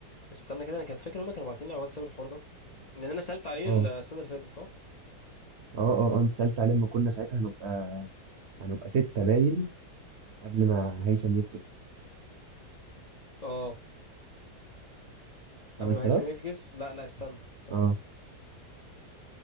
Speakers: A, on the left; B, on the right.
A: استنى كده انا كان فاكر ان هم كانوا باعتين لي على الواتساب الحوار ده لان انا سالت عليه
B: اه
A: السنه اللي فاتت صح
B: اه اه آه، انت سألت عليه لما كنا ساعتها هنبقى هنبقى ستة باين قبل ما هيثم يفكس
A: اه
B: 5000
A: قبل ما هيثم يفكس لا لا استنى استنى
B: اه